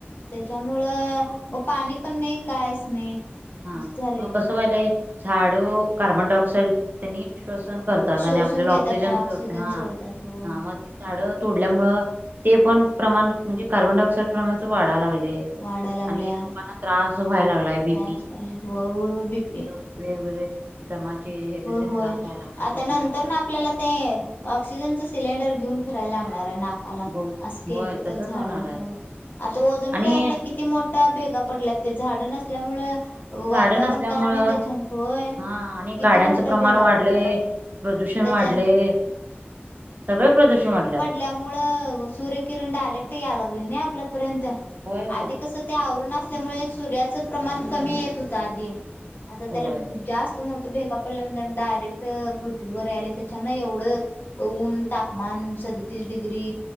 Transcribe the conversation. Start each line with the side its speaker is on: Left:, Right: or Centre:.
Left: त्याच्यामुळं मग पाणी पण नाही कायच नाही.
Right: हा
Left: अस झाले
Right: मग कसं वालय झाडं कार्बन डाय ऑक्साइड त्यांनी श्वसन करतात
Left: शोषून
Right: आणि आपल्याला
Left: घेतात
Right: ऑक्सिजन सोडत हा
Left: सोडतात होय
Right: हा मग. झाडं तोडल्यामुळ ते पण प्रमाण म्हणजे कार्बन डाय ऑक्साइड प्रमाण वाढाय लागले.
Left: वाढायला लागले
Right: आणि
Left: हवेत
Right: लोकांना त्रास व्हायला लागलाय बी
Left: तयार होय होय हो बी पी
Right: वेगवेगळे दमाचे हेज तेन
Left: होय
Right: त्रास व्हाय लागले
Left: आता
Right: श्वसनाचे.
Left: नंतर ना आपल्याला ते ऑक्सिजनच सिलेंडर घेऊन फिरायला लागणार आहे ना. आला
Right: बहुत
Left: असं केली
Right: होय
Left: तर
Right: तसच
Left: झाड
Right: होणार
Left: हो
Right: आहे आता
Left: आता ओजन
Right: आणि
Left: लेयरला. किती मोठ्या भेगा पडल्या ते झाडं नसल्यामुळे वातावरण
Right: झाड नसल्यामुळे
Left: कार नाही त्याच्या होय
Right: हा आणि
Left: किती
Right: गाड्यांचं
Left: मोठ्या
Right: प्रमाण
Left: भेगा
Right: वाढलय
Left: पडल्यात
Right: प्रदूषण
Left: त्याच्या
Right: वाढलयं. सगळे प्रदूषण वाढल्यात.
Left: त्यामुळ सूर्य किरण डायरेक्ट यायलागलय नई आपल्यापर्यंत
Right: होय होय.
Left: आधी कस. ते आवरण असल्यामुळे सूर्याचं प्रमाण कमी येत होतं आधी आता
Right: होय
Left: त्याला जास्त मोठ भेग पडल्यान डायरेक्ट पृथ्वीवर यायलंय त्याच्यांन एवढं. ऊन तापमान सदतीस डिग्री.